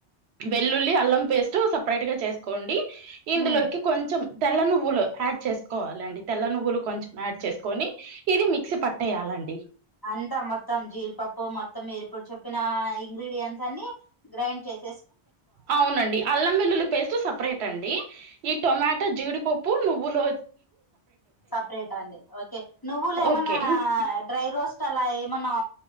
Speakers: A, on the right; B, on the left.
A: వెల్లుల్లి అల్లం పేస్ట్ సపరేట్ గా చేసుకోండి ఇందులోకి
B: ఉమ్
A: కొంచెం తెల్ల నువ్వులు యాడ్ చేసుకోవాలండి తెల్ల నువ్వులు కొంచెం యాడ్ చేసుకొని ఇది మిక్సీ పట్టేయాలండి
B: అంతా మొత్తం జీడీపప్పు మొత్తంవేసి ఇప్పుడు చెప్పిన ఇంగ్రీడియంట్స్ అన్ని గ్రైండ్ చేసి
A: అవునండి అల్లం వెల్లులు పేస్టు సప్ ప్రేట్ అండి ఈ టొమాటో జీడిపప్పు పూ నువులో
B: సపరేట అండి ఓకే నువ్వులు ఏమన్నా
A: ఓకే ఇం-
B: డ్రై రో స్ట్ అలా ఏమన్నా